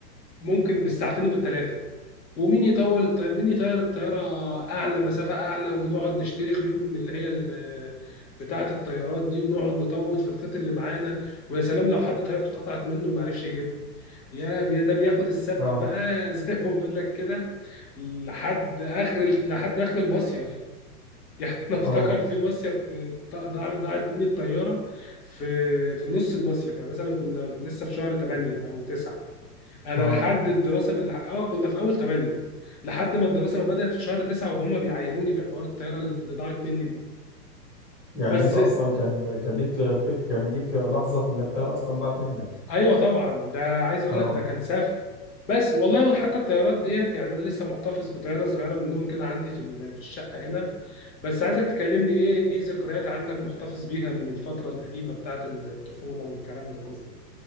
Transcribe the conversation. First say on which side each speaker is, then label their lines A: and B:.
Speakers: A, on the left; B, on the left.
A: ممكن بالساعتين وبالثلاثه ومين يطول الطيارة مين يطير الطيارة أعلى مسافة أعلى ونقعد نشتري خيوط من اللي هي ال- بتاعة الطيارات دي ونقعد نطول في الخيط اللي معانا ويا سلام لو حد طيارته اتقطعت منه وما عرفش يجيبها يا بي- ده بياخد السف
B: اه
A: بقى <laughs> زي ما بقول لك كده لحد آخر ال- لحد آخر المصيف <laughs> يعني انا افتكر
B: اه
A: في مصيف ط- ضاع- ضاعت مني الطياره في في نص المصيف يعني مثلا كنا لسه في شهر 8 او 9 انا
B: اه
A: لحد الدراسه ما لح- اه كنا في اول 8 لحد ما الدراسه ما بدات في شهر 9 وهم بيعايروني بحوار الطياره اللي اللي ضاعت مني دي
B: يعني
A: بس
B: انت اصلا كان كان ليك فك كان ليك لحظة في ان الطيارة اصلا ضاعت منك
A: ايوه طبعا ده عايز اقول
B: اه
A: لك ده كان سف بس والله وحتى الطيارات ديت يعني انا لسه محتفظ بطياره صغيره منهم كده عندي في ال- في الشقه هنا بس عايزك تكلمني ايه ايه ذكريات عندك محتفظ بيها من الفتره القديمه بتاعت الطفوله والكلام ده كله